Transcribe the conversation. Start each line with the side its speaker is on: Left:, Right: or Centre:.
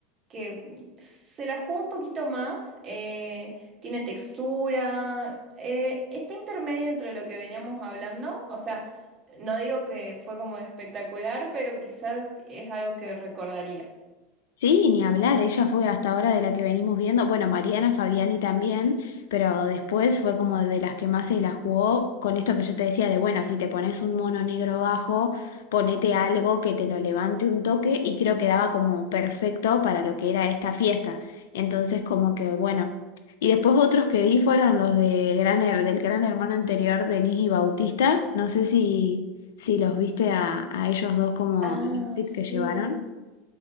Right: que se la juega un poquito más, eh, tiene textura, eh, está intermedio entre lo que veníamos hablando, o sea, no digo que fue como espectacular, pero quizás es algo que recordaría.
Left: Sí, ni hablar, ella fue hasta ahora de la que venimos viendo, bueno, Mariana Fabiani también, pero después fue como de las que más se la jugó con esto que yo te decía de, bueno, si te pones un mono negro bajo, ponete algo que te lo levante un toque y creo que daba como perfecto para lo que era esta fiesta. Entonces como que, bueno, y después otros que vi fueron los de gran, Her- del gran hermano anterior, Denis y Bautista, no sé si, si los viste a, a ellos dos como
Right: Ah,
Left: el outfit
Right: sí,
Left: que llevaron.